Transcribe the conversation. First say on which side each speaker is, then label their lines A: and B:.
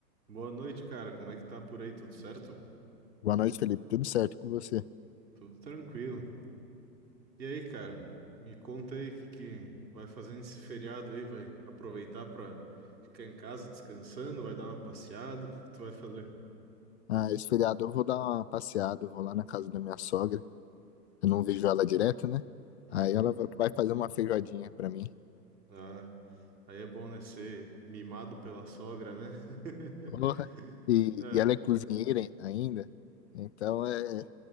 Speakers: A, on the right; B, on the left.
A: Boa noite, cara. Como é que tá por aí? Tudo certo?
B: Boa noite, Felipe. Tudo certo com você?
A: Tudo tranquilo. E aí, cara? Me conta aí o que que vai fazer nesse feriado aí? Vai aproveitar pra ficar em casa descansando? Vai dar uma passeada? O que que tu vai fazer?
B: Ah, esse feriado eu vou dar uma passeada, eu vou lá na casa da minha sogra. Eu não vejo ela direto, né?
A: Uhum.
B: Aí ela va- vai fazer uma feijoadinha pra mim.
A: Ah, aí é bom, né? Ser mimado pela sogra, né? <laughs>
B: Porra. E,
A: É.
B: e ela é cozinheira ai- ainda, então é...